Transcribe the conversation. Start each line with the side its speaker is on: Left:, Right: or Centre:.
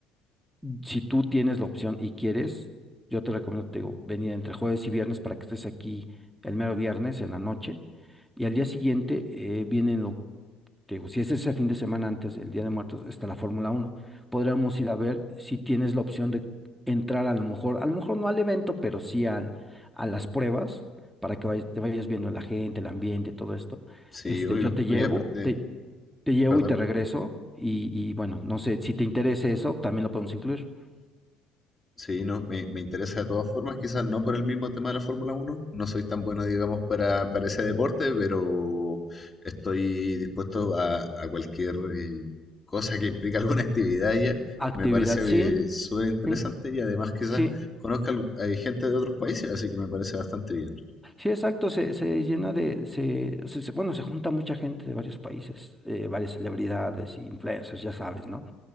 Centre: si tú tienes la opción y quieres, yo te recomiendo, te digo, venir entre jueves y viernes para que estés aquí el mero viernes en la noche. Y al día siguiente eh, vienen te digo, si es ese fin de semana antes del Día de Muertos, está la Fórmula Uno Podríamos ir a ver si tienes la opción de entrar a lo mejor, a lo mejor no al evento, pero sí al, a las pruebas, para que vayas- te vayas viendo la gente, el ambiente, todo esto.
Left: Sí,
Centre: Este,
Left: obvio.
Centre: yo te
Left: No,
Centre: llevo,
Left: y aparte,
Centre: te, te llevo
Left: perdón.
Centre: y te regreso. Y, y bueno, no sé, si te interesa eso, también lo podemos incluir.
Left: Sí, no, me, me interesa de todas formas, quizás no por el mismo tema de la Fórmula Uno. No soy tan bueno, digamos, para, para ese deporte, pero estoy dispuesto a, a cualquier eh, cosa que implique alguna <laughs> actividad ya.
Centre: Actividad,
Left: Me parece
Centre: sí,
Left: eh, súper interesante
Centre: sí,
Left: y además quizás
Centre: sí.
Left: conozca al- hay gente de otros países, así que me parece bastante bien.
Centre: Sí, exacto, se, se llena de, se, se- se- bueno, se junta mucha gente de varios países, eh, varias celebridades, influencers, ya sabes, ¿no?